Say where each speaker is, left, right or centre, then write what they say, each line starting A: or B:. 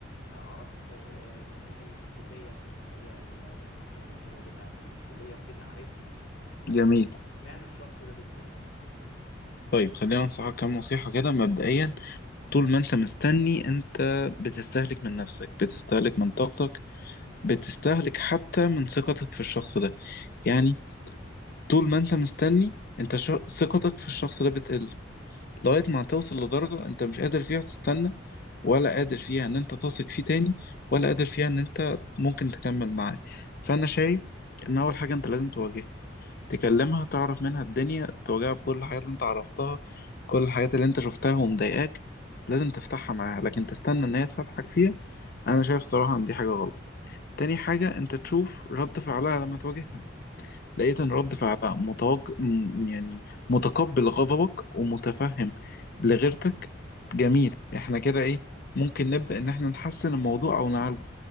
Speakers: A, on the left (about 85°); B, on the left (about 50°).
A: اعرف آه، آه، زمايلها اللي في الكلية في المشاريع ال- مثلا المشاريع بتاعة الكلية وكده عارفهم فمعنى
B: جميل
A: الشخص ده بالذات
B: طيب خلينا أنصحك كام نصيحة كده مبدئيا طول ما انت مستني انت بتستهلك من نفسك بتستهلك من طاقتك بتستهلك حتى من ثقتك في الشخص ده يعني طول ما انت مستني انت ش... ثقتك في الشخص ده بتقل لغاية ما توصل لدرجة انت مش قادر فيها تستنى ولا قادر فيها ان انت تثق فيه تاني ولا قادر فيها ان انت ممكن تكمل معاه فانا شايف ان اول حاجة انت لازم تواجهها تكلمها تعرف منها الدنيا تواجهها بكل الحاجات اللي انت عرفتها كل الحاجات اللي انت شفتها ومضايقاك لازم تفتحها معاها لكن تستنى ان هي تفتحك فيها انا شايف صراحة ان دي حاجة غلط تاني حاجة انت تشوف رد فعلها لما تواجهها لقيت ان رد فعلها متوج... م- يعني متقبل غضبك ومتفهم لغيرتك جميل احنا كده ايه ممكن نبدأ ان احنا نحسن الموضوع او نعالجه